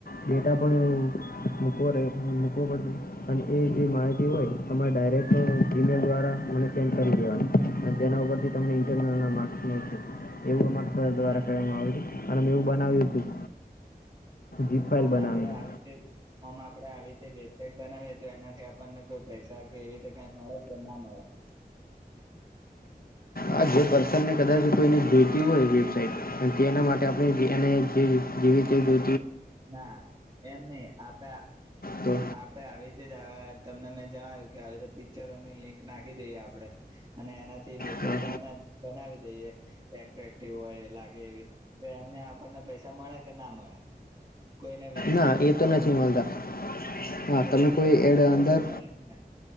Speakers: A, on the left; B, on the right.
A: ડેટા પણ મૂકવો રહે મૂકવો પડતો અને એ જે માહિતી હોય તમારે ડાયરેક્ટ જીમેલ દ્વારા મને સેન્ડ કરી દેવાની અને તેના ઉપરથી તમને ઇન્ટરનલના માર્ક્સ મળશે એવું. દ્વારા
B: હા
A: કહેવામાં આવે છે. અને મેં એવું બનાવ્યું હતું. જીપ ફાઇલ
B: આમ
A: બનાવીને
B: આપડે આવી તે આમ આપડે આવીતે સેટ બનાવીએ તો એનાથી આપણને કોઈ પૈસા કે એવી રીતે કઈ મળે કે ના મળે?
A: આ જે પર્સનને કદાચ કોઈને જોઈતી હોય વેબસાઇટ તેના માટે આપણે એને જેવી રીતે જો
B: ના એમ નય આપડ
A: તો
B: આપડે આવી રીતે જ તમને મેં જણાવ્યું કે આવી તો પિક્ચરોની લિંક નાખી દઈએ આપડે અને એના થી વેબસાઇટ
A: હા
B: બના બનાવી એ એટ્રેક્ટિવ હોય લાગે એવી તો એને આપણને પૈસા મળે કે ના મળે? કોઈને વેચીએ
A: ના
B: નહી
A: એ
B: તો
A: નથી
B: એમ.
A: મળતા
B: ખાલી
A: હા તમે કોઈ
B: લોકોને
A: એડ
B: ફાયદો
A: અંદર
B: થાય એમને.